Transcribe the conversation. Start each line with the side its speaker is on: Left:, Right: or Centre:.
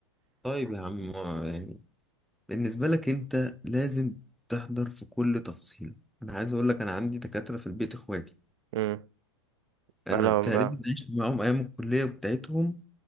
Centre: طيب يا عم آه، يعني بالنسبة لك انت لازم تحضر في كل تفصيلة انا عايز اقول لك انا عندي دكاترة في البيت اخواتي
Right: امم مالهم
Centre: انا تقريبا
Right: بقى
Centre: عشت معاهم ايام الكلية بتاعتهم